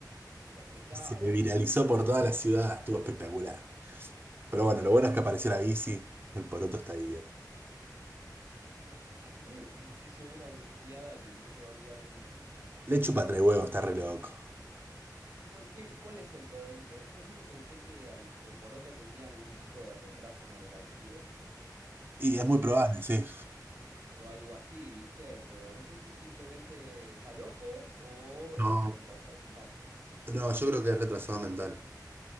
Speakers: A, on the right (about 65°); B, on the right (about 30°).
A: insospechados.
B: Y se viralizó por toda la ciudad, estuvo espectacular. Pero bueno, lo bueno es que apareció la bici, el poroto está bien.
A: <laughs> Y se llevó una bulineada que no se va a olvidar nunca.
B: Le chupa tres huevos, está re loco.
A: ¿Cuál, qué- cuál es el problema? yo siempre pensé que al- el Poroto tenía algún tipo de retraso madurativo.
B: Y es muy probable, sí.
A: o algo así, ¿viste? Pero no sé si simplemente está loco o
B: No,
A: es retrasado mental.
B: no, yo creo que es retrasado mental.